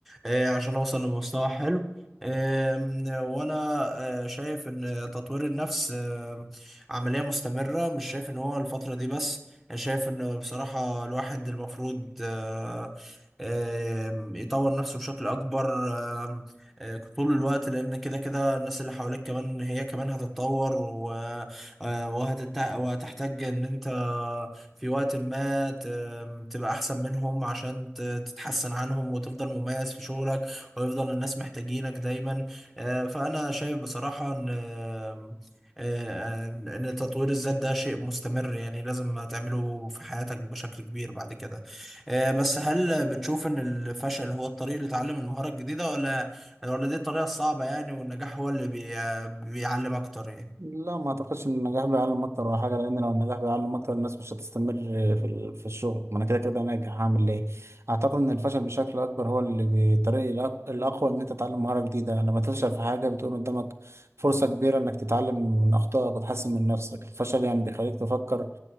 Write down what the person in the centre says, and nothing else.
آه، عشان اوصل لمستوى حلو آم، وانا آه، شايف ان تطوير النفس آم، عملية مستمرة مش شايف ان هو الفترة دي بس أنا شايف ان بصراحة الواحد المفروض آه، آم، يطور نفسه بشكل اكبر آم، آه، طول الوقت لان كده كده الناس اللي حواليك كمان هي كمان هتتطور و- آه، وهتتع- وهتحتاج ان انت في وقت ما ت- تبقى احسن منهم عشان ت- تتحسن عنهم وتفضل مميز في شغلك ويفضل الناس محتاجينك دايما آه، فانا شايف بصراحة ان آه، آه، ان تطوير الذات ده شيء مستمر يعني لازم تعمله في حياتك بشكل كبير بعد كده آه، بس هل بتشوف ان الفشل هو الطريق اللي تعلم المهارة الجديدة ولا ولا دي الطريقة الصعبة يعني والنجاح هو اللي بي... بيعلم اكتر يعني